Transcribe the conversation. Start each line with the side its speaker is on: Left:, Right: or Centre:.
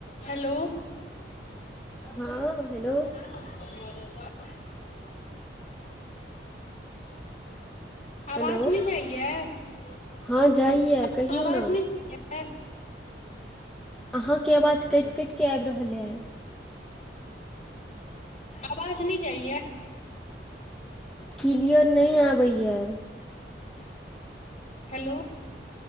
Left: Hello
Centre: हँ hello
Left: <inaudible> आवाज
Centre: हेलो
Left: नहि जाइये
Centre: हँ जाइया कहियौ
Left: आवाज
Centre: ने
Left: नहि जाइये <inaudible>
Centre: अहाँके आवाज कटि कटि के आबि रहल ए।
Left: आवाज नहि जाइयेए।
Centre: क्लियर नहि आबै ये।
Left: हेलो